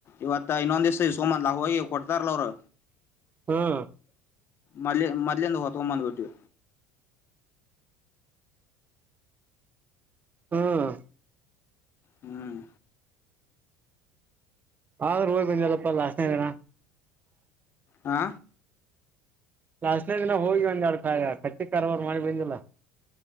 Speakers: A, on the left; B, on the right.
A: ಇವತ್ತ ಇನ್ನೊಂದ್ ದಿವಸ ಸೋಮನ್ ಲಾಖ ಹೋಗಿ ಕೊಡ್ತಾರಲ್ಲ ಅವರು.
B: ಹ್ಮ್
A: ಮಲ್ಲಿ ಮಲ್ಲಿ ಎಂದು ಹೊತ್ತಂಬಂದು ಪಟ್ಟ.
B: ಹ್ಮ್
A: ಹ್ಮ್
B: ಆದ್ರೂ ಹೋಗ್ ಬಂದಲ್ಲಪ್ಪ ಲಾಸನ ಇದನಾ.
A: ಹಾ
B: ಲಾಸ್ನೇ ದಿನ ಹೋಗಿ ಒಂದ ಎಡ್ ಕ ಕಚ್ಚಿ ಕಾರವಾರ ಮಾಡಿ ಬಂದಿಲ್ಲ.